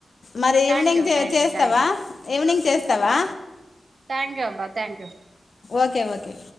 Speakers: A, on the left; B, on the right.
A: మరి
B: థ్యాంక్
A: ఈవినింగ్
B: యూ
A: చే
B: థ్యాంక్
A: చేస్తావా
B: యూ థ్యాంక్ యూ
A: ఈవినింగ్ చేస్తావా
B: థ్యాంక్ యూ అబ్బా థ్యాంక్
A: ఓకేవాకే